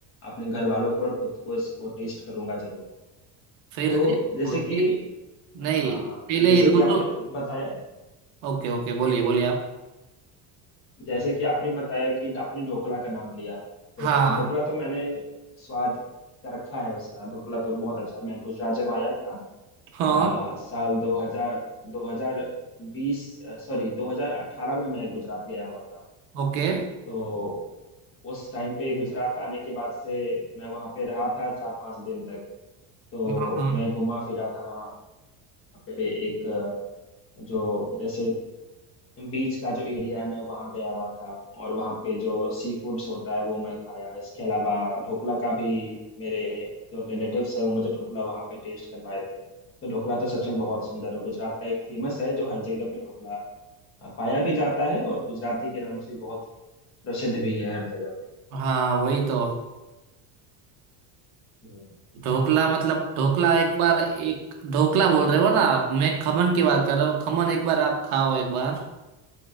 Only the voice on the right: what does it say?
फिर
देखो
ये-
नहीं पहले
ये लूचो
ओके ओके बोलिए बोलिए आप
हाँ
हाँ
ओके
हाँ
हाँ, वही तो
ढोकला मतलब ढोकला एक बार एक ढोकला बोल रहे हो ना आप मैं खमन की बात कर रहा हूँ खमन एक बार आप खाओ एक बार